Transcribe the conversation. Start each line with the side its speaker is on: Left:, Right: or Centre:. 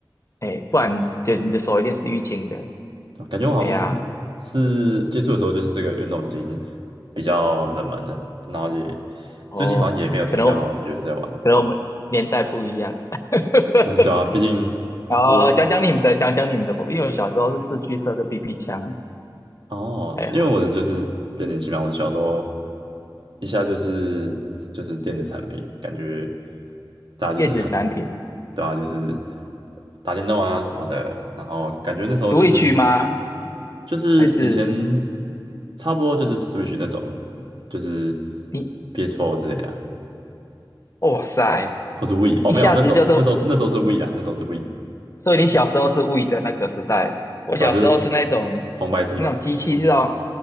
Left: 哎，不然就你的手一定是淤青的。
Right: 对啊感觉我好像是接触的时候，
Left: 哎呀，
Right: 就是这个运动已经比较冷门了，然后也
Left: 哦，
Right: 最近好像也没有听到有人在玩。
Left: 可能可能我们年代不一样。<laughs>
Right: 嗯，对啊，毕竟就
Left: 然后讲讲你们的，讲讲你们的，因为我小时候是四驱车跟 BB 枪。
Right: 哦，
Left: 哎呀，
Right: 因为我的就是变年轻嘛，我小时候一下就是就是电子产品，感觉大家就是很
Left: 电子产品，
Right: 对啊，就是打电动啊什么的，然后感觉那时候就是。
Left: 独立区吗？
Right: 就是以前
Left: 还是
Right: 差不多就是 Switch 那种，就是
Left: 你？
Right: PS4 之类的啊，
Left: 哇塞，
Right: 或是 Wii 哦，
Left: 一下子就这
Right: 没有，那时候那时候那时候是 Wii 啦，那时候是 Wii，
Left: 所以你小时候是 w 的那个时代，我小时候是那种那种机器是那种
Right: 对啊，就是红白机吗？